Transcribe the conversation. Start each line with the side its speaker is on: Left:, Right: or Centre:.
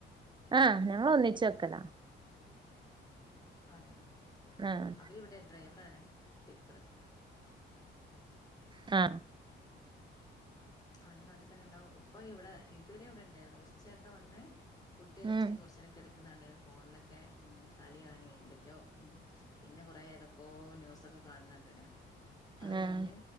Right: ആ ഞങ്ങൾ ഒന്നിച്ചു വെക്കലാ
Left: അതെയോ
Right: ആഹ്
Left: അവരി ഇവിടെ ഡ്രൈവറാണ് ടിപ്പർ
Right: ആ
Left: അവൾ നാട്ടിൽ തന്നെ ഇൻണ്ടാാവും ഇപ്പൊ ഇവിടെ ഇതുവരെ ഇവിടെ ഇണ്ടായിരുന്നു കുറച്ച നേരത്തെ വന്ന് ഫുഡ് കയച്ച്
Right: ഉം
Left: കുറച്ചേരം കിടന്നു ഫോണിലൊക്കെ ഉം കളിയാണ് എന്തക്കയോ പിന്നെ കുറെ ഏതാക്കയോ ന്യൂസ്‌ ഒക്കെ കാണണ്ടേ അത്
Right: ആഹ്
Left: കഴിഞ്ഞ്